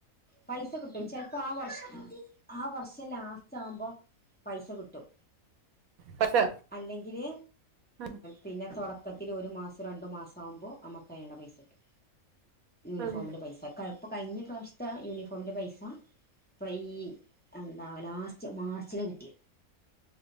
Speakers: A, on the left; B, on the right.
A: പൈസ കിട്ടും ചെ ലപ്പോ ആ വർഷം ആ വർഷ പക്ഷേ ലാസ്റ്റ് ആവുമ്പോ പൈസ കിട്ടും
B: പക്ഷെ
A: അല്ലെങ്കില്-
B: ഉം
A: പിന്നെ തുടക്കത്തിൽ ഒരു മാസം രണ്ട് മാസാവുമ്പോ നമുക്ക് അത്തിനുള്ള പൈസ കിട്ടും യൂണിഫോമിന്റെ
B: ഉം
A: പൈസ ഇപ്പോ കഴിഞ്ഞ പ്രാവശ്യത്തെ യൂണിഫോമിൻ്റെ പൈസ ഇപ്പം ഈ എന്താ ലാസ്റ്റ് മാർച്ചിൽ കിട്ടി